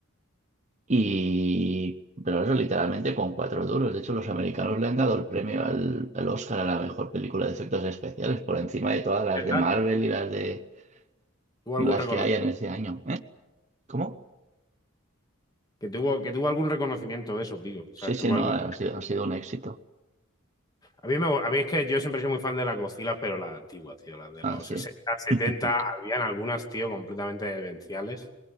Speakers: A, on the right (about 35°); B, on the left (about 20°).
A: Y, pero eso literalmente con cuatro duros. De hecho, los americanos le han dado el premio al, al Oscar a la mejor película de efectos especiales, por encima de todas las
B: ¿Verdad?
A: de Marvel y las de
B: ¿Tuvo
A: y
B: algún
A: las
B: recono-
A: que hayan ese año. ¿Eh? ¿Cómo?
B: que tuvo, que tuvo algún reconocimiento de eso, digo. O
A: Sí,
B: sea,
A: sí,
B: tuvo
A: no,
B: algún
A: ha sido, ha sido un éxito.
B: A mí, me, a mí es que yo siempre soy muy fan de las Godzilla, pero las antiguas, tío, las de
A: Ah,
B: los
A: sí.
B: 60, setenta
A: <laughs>
B: habían algunas, tío, completamente demenciales.